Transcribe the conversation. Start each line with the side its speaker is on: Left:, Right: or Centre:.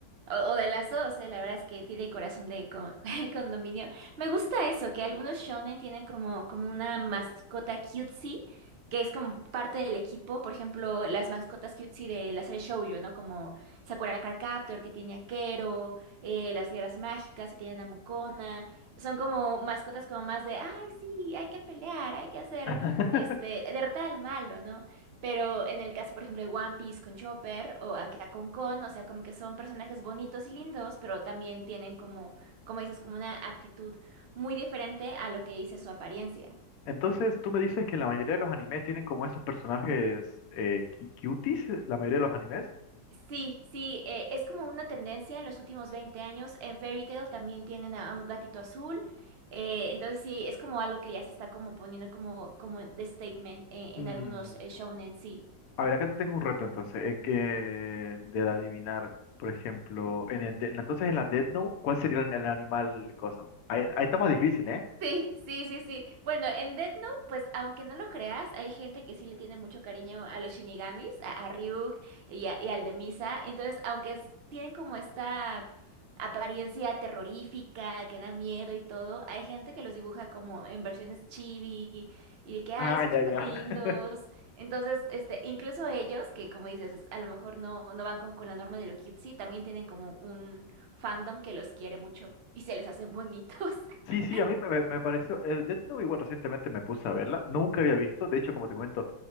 Right: O, o de las dos, eh, la verdad es que tiene corazón de con- <laughs> condominio. Me gusta eso, que algunos shonen tienen como, como una mascota cutesy, que es como parte del equipo. Por ejemplo, las mascotas cutesy de la serie Shoujo, ¿no? Como Sakura Card Captor, que tiene a Kero, eh, las guerras mágicas, que tienen a Mukona. Son como mascotas como más de, ay, sí, hay que pelear, hay que hacer,
Left: <laughs>
Right: este, derrotar al malo, ¿no? Pero en el caso, por ejemplo, de One Piece con Chopper o acá con Kon, o sea, como que son personajes bonitos y lindos, pero también tienen como, como dices, como una actitud muy diferente a lo que dice su apariencia.
Left: Entonces, tú me dices que la mayoría de los animes tienen como esos personajes eh, cu- cuties, la mayoría de los animes.
Right: Sí, sí, eh, es como una tendencia en los últimos 20 años. En Fairy Tail también tienen a, a un gatito azul. eh, entonces sí, es como algo que ya se está como poniendo como, como de statement en,
Left: Mm,
Right: en algunos eh, shounen, sí.
Left: a ver, acá te tengo un reto entonces, eh, que de adivinar, por ejemplo, en el de- entonces en la Death Note, ¿cuál sería el, el animal cosa? Ahí, ahí está más difícil, ¿eh?
Right: Sí, sí, sí, sí. Bueno, en Death Note, pues aunque no lo creas, hay gente que sí le tiene mucho cariño a los Shinigamis, a, a Ryuk y, a- y al de Misa. Entonces, aunque es- tienen como esta apariencia terrorífica, que da miedo y todo, hay gente que los dibuja como en versiones chibi y, y de que, ay,
Left: Ah,
Right: son
Left: ya,
Right: súper
Left: ya.
Right: lindos.
Left: <laughs>
Right: Entonces, este, incluso ellos, que como dices, es- a lo mejor no, no van como con la norma de lo cutesy, también tienen como un fandom que los quiere mucho y se les hacen bonitos. <laughs>
Left: Sí, sí, a mí me, me- me pareció, el Death Note igual recientemente me puse a verla, nunca había visto, de hecho, como te comento,